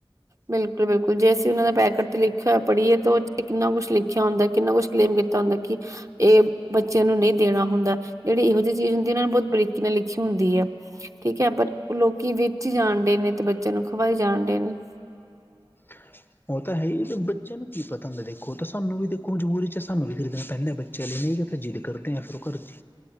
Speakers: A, on the right (about 35°); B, on the left (about 25°).
A: -ਬਿਲਕੁਲ- ਬਿਲਕੁਲ ਜੇ ਅਸੀਂ ਉਹਨਾਂ ਦੇ ਪੈਕੇਟ ਤੇ ਲਿਖ ਇਆ ਪੜ੍ਹੀਏ ਤੇ ਉਹ ਕਿਤਨਾ ਕੁਛ ਲਿਖਿਆ ਹੁੰਦਾ ਕਿੰਨਾ ਕੁਛ ਕਲੇਮ ਕੀਤਾ ਹੁੰਦਾ ਕਿ ਇਹ ਬੱਚਿਆਂ ਨੂੰ ਨਹੀਂ ਦੇਣਾ ਹੁੰਦਾ ਜਿਹੜੀ ਇਹੋ ਜਿਹੀ ਚੀਜ਼ ਹੁੰਦੀ ਇਹ ਨੇ ਬਹੁਤ ਬਰੀਕੀ ਨਾਲ ਲਿਖੀ ਹੁੰਦੀ ਆ। ਠੀਕ ਹੈ ਪਰ ਲੋਕੀ ਵੇਚੀ ਜਾਣਦੇ ਨੇ ਤੇ ਬੱਚਿਆਂ ਨੂੰ ਖਵਾਈ ਜਾਣ ਡੇ ਨੇ।
B: <inaudible> ਉਹ ਤਾਂ ਹੈ ਹੀ ਬੱਚਿਆਂ ਨੂੰ ਕੀ ਪਤਾ ਹੁੰਦਾ ਦੇਖੋ ਤਾਂ ਸਾਨੂੰ ਵੀ ਦੇਖੋ ਮਜਬੂਰੀ 'ਚ ਸਾਨੂੰ ਵੀ ਖਰੀਦਣਾ ਪੈਂਦਾ ਬ ਚਲੇ ਨਹੀਂ ਕਿ ਤਾਂ ਜਿੱਦ ਕਰਦੇ ਫਿਰ ਘਰ 'ਚ